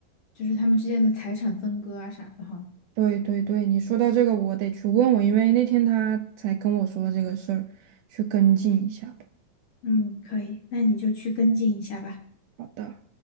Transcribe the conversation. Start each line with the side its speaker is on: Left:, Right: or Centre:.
Left: 就是他们之间的财产分割啊啥的哈。
Right: 对对对，你说到这个我得去问问，因为那天他才跟我说了这个事儿，去跟进一下吧。
Left: 嗯，可以，那你就去跟进一下吧。
Right: 好的。